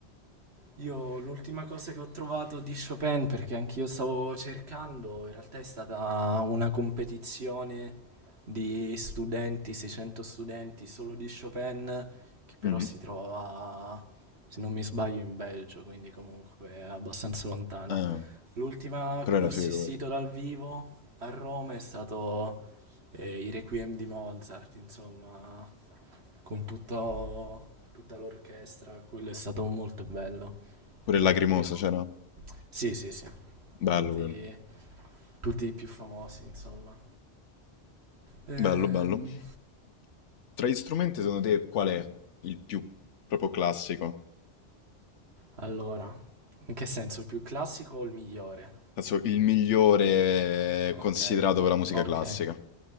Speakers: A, on the right; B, on the left.
A: Io l'ultima cosa che ho trovato di Chopin, perché anch'io stavo cercando, in realtà è stata una competizione di studenti, 600 studenti solo di Chopin, che però
B: Mhm.
A: si trovava, se non mi sbaglio, in Belgio, quindi comunque abbastanza lontana.
B: Eh,
A: L'ultima a
B: però
A: cui
B: era
A: ho
B: figo
A: assistito
B: quello.
A: dal vivo a Roma è stato eh, i Requiem di Mozart, insomma, con tutto- tutta l'orchestra, quello è stato molto bello
B: Pure il
A: dal
B: Lacrimosa
A: vivo.
B: c'era.
A: Sì, sì, sì,
B: Bello
A: tutti,
B: quello.
A: tutti i più famosi, insomma. Ehm,
B: Bello, bello. Tra gli strumenti, secondo te, qual è il più proprio classico?
A: allora, in che senso, il più classico o il migliore?
B: Penso il migliore considerato
A: Ok,
B: per la musica
A: ok.
B: classica.